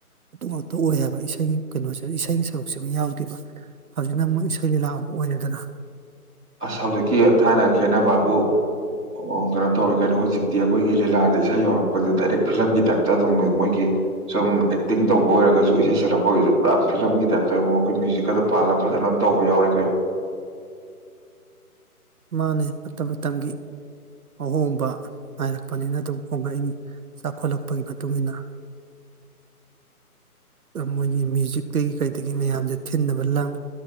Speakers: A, on the right; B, in the centre.
A: ꯑꯗꯨ ꯉꯥꯛꯇ ꯑꯣꯏ ꯍꯥꯏꯕ ꯏꯁꯩꯒꯤ ꯀꯩꯅꯣꯁꯤꯗ ꯏꯁꯩꯒꯤ ꯁꯔꯨꯛꯁꯤꯃ ꯌꯥꯎꯗꯦꯕ ꯍꯧꯖꯤꯛꯅ ꯑꯃꯨꯛ ꯏꯁꯩ ꯂꯤꯂꯥ ꯑꯃꯨꯛ ꯑꯣꯏꯔꯦꯗꯅ
B: ꯑꯁꯥꯝꯖꯤꯛꯀꯤ ꯊꯥꯏꯅꯒ ꯈꯦꯠꯅꯕꯅꯕꯕꯥꯕꯨ ꯑꯣ ꯀꯩꯅꯣ ꯇꯧꯔꯦ ꯀꯩꯅꯣ ꯍꯧꯖꯤꯛꯇꯤ ꯑꯩꯈꯣꯏꯒꯤ ꯂꯤꯂꯥꯗ ꯏꯁꯩ ꯌꯧꯔꯛꯄꯁꯦ ꯗꯥꯏꯔꯦꯛ ꯐꯤꯂꯝꯒꯤ ꯇꯥꯏꯞꯇ ꯑꯗꯨꯝ ꯃꯣꯏꯒꯤ ꯁꯨꯝ ꯑꯦꯛꯇꯤꯡ ꯇꯧꯕ ꯑꯣꯏꯔꯒꯁꯨ ꯏꯁꯩ ꯁꯛꯂꯛꯄ ꯑꯣꯏꯔꯁꯨ ꯄꯨꯔꯥ ꯐꯤꯂꯝꯒꯤ ꯇꯥꯏꯞꯇ ꯑꯩꯈꯣꯏ ꯃ꯭ꯌꯨꯖꯤꯛꯀ ꯑꯗꯨ ꯄꯥꯜꯂꯒ ꯐꯖꯅ ꯑꯗꯨꯝ ꯇꯧꯕ ꯌꯥꯎꯔꯦ ꯀꯩꯅꯣ
A: ꯃꯥꯥꯅꯦ ꯃꯇꯝ ꯃꯇꯝꯒꯤ ꯑꯍꯣꯡꯕ ꯅꯥꯏꯔꯛꯄꯅꯤꯅ ꯑꯗꯨꯝ ꯍꯣꯡꯂꯛꯏꯅꯤ ꯆꯥꯎꯈꯠꯂꯛꯄꯒꯤ ꯃꯇꯨꯡꯏꯟꯅ ꯃꯣꯏꯒꯤ ꯃ꯭ꯌꯨꯖꯤꯛꯇꯒꯤ ꯀꯩꯗꯒꯤ ꯃꯌꯥꯝꯁꯦ ꯊꯤꯟꯕ ꯂꯥꯡ